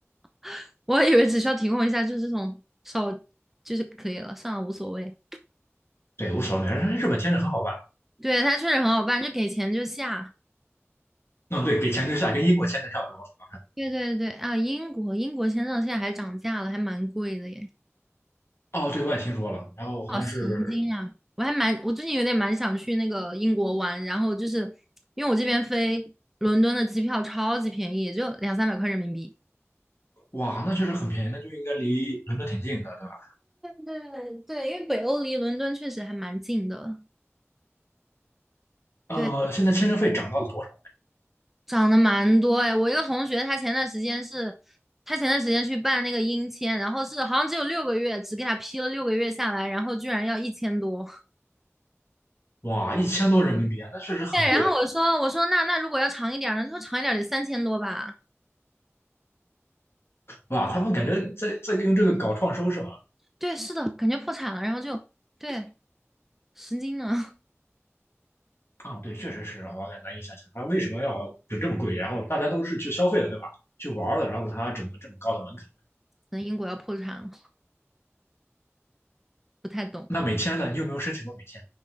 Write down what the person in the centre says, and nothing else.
<laughs> 我还以为只需要提供一下，就是这种手就是可以了，算了，无所谓。
对，它确实很好办，就给钱就下。
对对对啊，英国英国签证现在还涨价了，还蛮贵的耶，
好神经啊！我还蛮我最近有点蛮想去那个英国玩，然后就是因为我这边飞伦敦的机票超级便宜，也就两三百块人民币。
对对对，因为北欧离伦敦确实还蛮近的。
对。
涨得蛮多哎，我一个同学，他前段时间是，他前段时间去办那个英签，然后是好像只有六个月，只给他批了六个月下来，然后居然要一千多。
<laughs> 对，然后我说我说那那如果要长一点儿呢？他说长一点儿得三千多吧。
对，是的，感觉破产了，然后就对，神经呢，<laughs>
可能英国要破产了，不太懂。